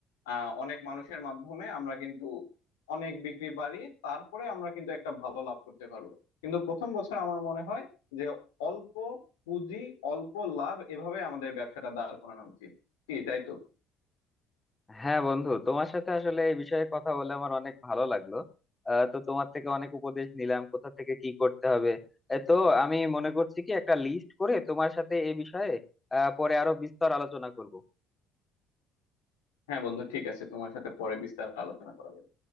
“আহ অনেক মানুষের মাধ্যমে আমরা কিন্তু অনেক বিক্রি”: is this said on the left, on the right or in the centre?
Left